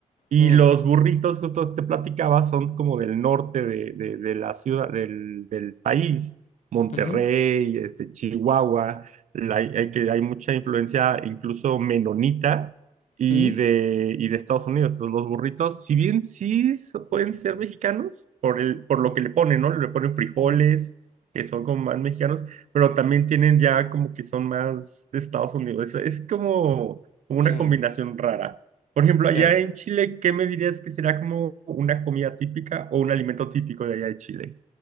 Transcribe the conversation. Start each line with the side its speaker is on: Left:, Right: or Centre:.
Right: Y
Left: mm,
Right: los burritos, justo te platicaba, son como del norte de, de- de la ciudad, del, del país, Monterrey,
Left: ujú,
Right: este, Chihuahua, la- hay, que, hay mucha influencia incluso menonita y
Left: mm,
Right: de, y de Estados Unidos. Entonces los burritos, si bien sí so- pueden ser mexicanos, por, el, por lo que le ponen, ¿no? Le ponen frijoles,
Left: mm,
Right: que son como más mexicanos, pero también tienen ya como que son más de Estados Unidos. es es como como una
Left: mm,
Right: combinación rara. Por ejemplo, allá
Left: Claro.
Right: en Chile, ¿qué me dirías que será como una comida típica o un alimento típico de allá de Chile?